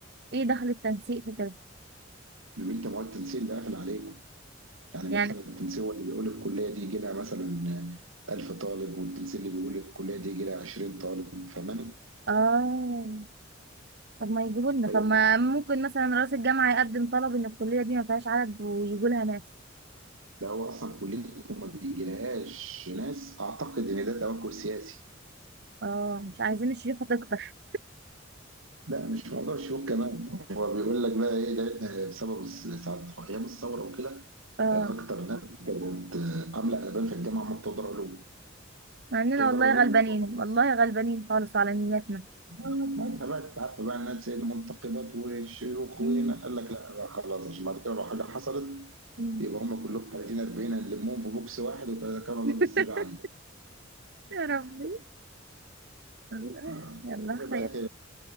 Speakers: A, on the right; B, on the right.
A: ايه دخل التنسيق في كده
B: بيبقى أنت مواد التنسيق اللي قافل عليكم يعني مثلا
A: يعني
B: التنسيق هو اللي بيقول الكلية دي يجي لها مثلا 1000 طالب والتنسيق اللي بيقول الكلية دي يجي لها 20 طالب فاهماني؟
A: اه طب ما يجيبوا لنا
B: طيب
A: طب ما ممكن مثلا رئيس الجامعة يقدم طلب ان الكلية دي ما فيهاش عدد ويجوا لها ناس
B: ده هو أصلا كليتكم ما بيجيلهاش ناس أعتقد إن ده توجه سياسي
A: اه مش عايزين الشيوخة تكتر
B: لا مش موضوع شيوخ كمان هو بيقول لك بقى ايه لان بسبب الس- ساعة ايام الثوره وكده
A: اه
B: اكتر ناس كانت عامله قلبان في الجامعه هم بتوع دار علوم
A: مع اننا
B: بتوع
A: والله
B: دار علوم
A: غلبانين
B: وبتوع هندسه
A: والله غلبانين خالص على نياتنا
B: آه، ساعتها بقى انت عارفه بقى الناس المنتقبات والشيوخ
A: مم.
B: وهنا قال لك لا بقى خلاص عشان بعد كده لو حاجه حصلت
A: مم.
B: يبقى هم كلهم 30 40 هنلمهم في بوكس واحد وكان الله
A: <laughs>
B: بالسر عليه
A: يا ربي الله
B: آه.
A: يلا خير
B: بقى إنت